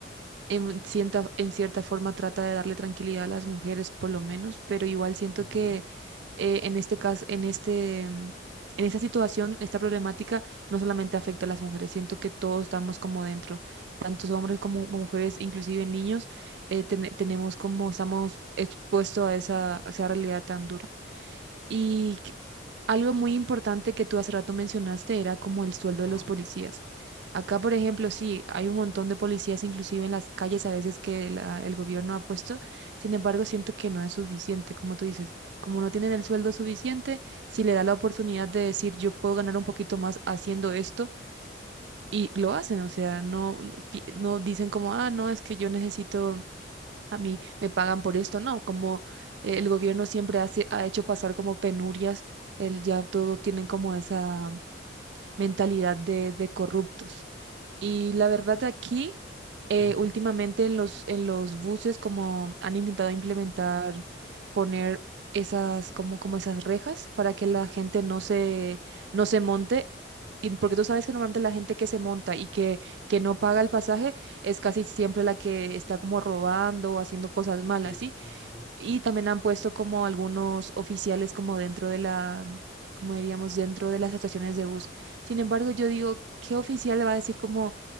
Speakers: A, on the right (about 70°); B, on the left (about 25°).
A: en cierta, en cierta forma trata de darle tranquilidad a las mujeres, por lo menos, pero igual siento
B: Ujú.
A: que eh, en este caso, en este, mm, en esta situación, esta problemática no solamente afecta a las mujeres, siento que todos estamos como dentro, tantos hombres como mujeres, inclusive niños, eh, ten- tenemos como, estamos expuestos a esa, a esa realidad tan dura. Y que- algo muy importante que tú hace rato mencionaste era como el sueldo
B: Ajá.
A: de los policías. Acá, por ejemplo, sí, hay un montón de policías, inclusive en las calles a veces que la- el gobierno ha puesto. Sin embargo, siento que no es suficiente, como tú dices, como no tienen el sueldo suficiente, si le da la oportunidad de decir yo puedo ganar un poquito más haciendo esto, y lo hacen, o sea, no, pi- no dicen como, ah, no, es que yo necesito a mí me pagan por esto, no, como eh, el gobierno siempre hace, ha hecho pasar como penurias, el, ya todo tienen como esa mentalidad de, de corruptos. Y
B: Sí.
A: la verdad aquí, eh,
B: Ujú.
A: últimamente en los, en los buses como han intentado implementar, poner esas, como, como esas rejas para que la gente no se, no se monte. Y porque tú sabes que normalmente la gente que se monta y que, que no paga el pasaje es casi siempre la que está como robando o haciendo cosas malas,
B: Sí,
A: ¿sí?
B: sí, sí, sí.
A: Y también han puesto como algunos oficiales como dentro de la, como diríamos, dentro de las estaciones de bus. Sin embargo, yo digo, ¿qué oficial le va a decir cómo